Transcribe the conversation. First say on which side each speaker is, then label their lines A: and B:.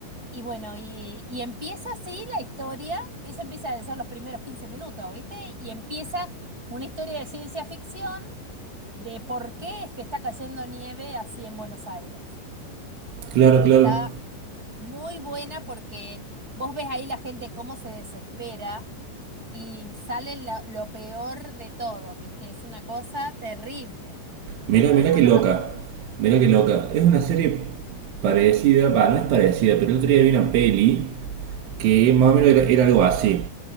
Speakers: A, on the right; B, on the right.
A: Y bueno, y, y empieza así la historia, eso empieza a ser los primeros 15 minutos, ¿viste? Y empieza una historia de ciencia ficción de por qué es que está cayendo nieve así en Buenos Aires.
B: claro,
A: Y
B: claro.
A: está muy buena porque vos ves ahí la gente cómo se desespera y sale la- lo peor de todos, ¿viste? Es una cosa terrible.
B: Mira,
A: Muy
B: mira
A: buenos
B: qué loca.
A: actores,
B: mira qué loca. Es una serie parecida, va, no es parecida, pero el otro día vi una peli que más o
A: sí.
B: menos era, era algo así.